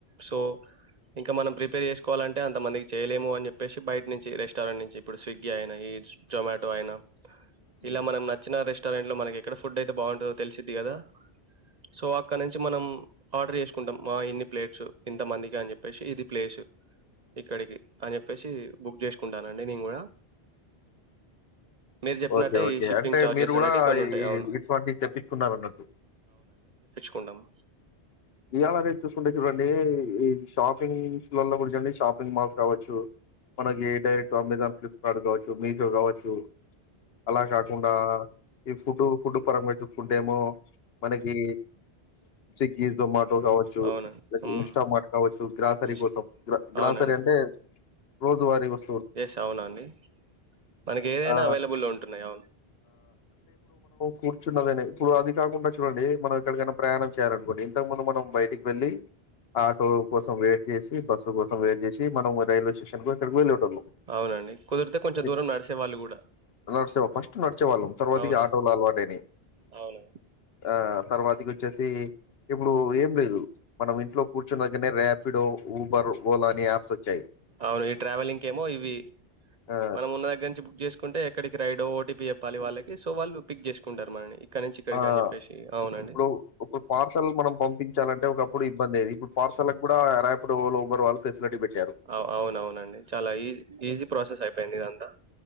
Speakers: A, on the right (about 50°); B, on the left (about 70°).
A: సో ఇంకా మనం ప్రిపేర్ చేసుకోవాలంటే అంతమందికి చేయలేము అని చెప్పేసి బయట నుంచి రెస్టారెంట్ నుంచి ఇప్పుడు స్విగ్గీ అయినా ఈజ్ జొమాటో అయినా
B: హ్మ్.
A: ఇలా మనం నచ్చిన రెస్ట్ రెస్టారెంట్ లో మనకి ఎక్కడ ఫుడ్ అయితే బాగుంటుందో తెలిసిది కదా సో అక్కడ నుంచి మనం ఆర్డర్ చేసుకుంటాం మా ఇన్ని ప్లేట్స్ ఇంతమందికి అని చెప్పేసి ఇది ప్లేసు ఇక్కడికి అని చెప్పేసి బుగ్ చేసుకుంటానండి నేను కూడా మీరు చెప్పినట్టే
B: ఓకే ఓకే
A: ఈ షిప్పింగ్
B: అంటే
A: ఛార్జెస్
B: మీరు కూడా
A: అనేటివి కొన్ని
B: ఈ
A: ఉంటాయి అవును
B: ఇటువంటి తెపించికున్నారానట్టు
A: కుండమ్
B: ఇయాల రేపు చూసుకుంటే చూడండి ఈ షాపింగ్స్ లలో గురించండి షాపింగ్ మాల్స్ కావచ్చు మనకి డైరెక్ట్ అమజాన్ ఫ్లిప్కార్ట్ కావచ్చు మీషో కావచ్చు అలా కాకుండా ఈ ఫుడ్ ఫుడ్ పరంగా చూసుకుంటే ఏమో మనకి స్విగ్ ఇస్ దా మార్ పోగ్ కావచ్చు
A: అవునండి ఉమ్,
B: ఇన్స్టామార్ట్ కావచ్చు గ్రాసరీ
A: ఇన్స్-
B: కోసం గ్రాసరీ
A: అవునండి
B: అంటే రోజువారీ వస్తు
A: ఎస్ అవునండి మనకి ఏదైనా
B: ఆ
A: అవైలబుల్లో ఉంటున్నాయి అవును.
B: కూర్చున్నాదే అనే ఇప్పుడు అది కాకుండా చూడండి మనం ఎక్కడికైనా ప్రయాణం చేయలనుకోండి. ఇంతకు ముందు మనం బయటికి వెళ్లి ఆటో కోసం వెయిట్ చేసి బస్సు కోసం వెయిట్ చేసి మనం రైల్వే స్టేషనకు ఎక్కడికో వెల్లె టోల్లు
A: అవునండి కుదిరితే కొంచెం
B: హు
A: దూరం నడిసే వాళ్ళు కూడా
B: నడుసేవ్ ఫస్ట్ నడిచేవాళ్ళం తర్వాత
A: అవునండి
B: ఆటోలు అలవాట్ అయినాయి
A: అవును
B: ఆ తర్వాతకీ వచ్చేసి ఇప్పుడు ఏం లేదు మనం ఇంట్లో కూర్చున్నగానే రాపిడో ఉబర్ ఓలా అని యాప్స్ వచ్చాయి
A: అవును ఈ ట్రావెలింగ్కి ఏమో ఇవి
B: ఆ
A: మనం ఉన్న దగ్గర నుంచి బుక్ చేసు కుంటే ఎక్కడికి రైడో ఓటీపీ చెప్పాలి వాళ్ళకి సో వాళ్ళు పిక్ చేసుకుంటారు మనని ఇక్కడ నుంచి ఇక్కడికి
B: ఆ
A: అని చెప్పేసి అవునండి
B: ఇప్పుడు ఒక పార్సల్ మనం పంపించాలంటే ఒకప్పుడు ఇబ్బందైయేది ఇప్పుడు పార్సల్లకు కూడా రాపిడో వాళ్ళు ఉబర్ వాల్లు ఫెసిలిటీ పెట్
A: ఆ అవునవునండి చాలా ఈజీ ఈజీ ప్రాసెస్ అయిపోయింది ఇదంతా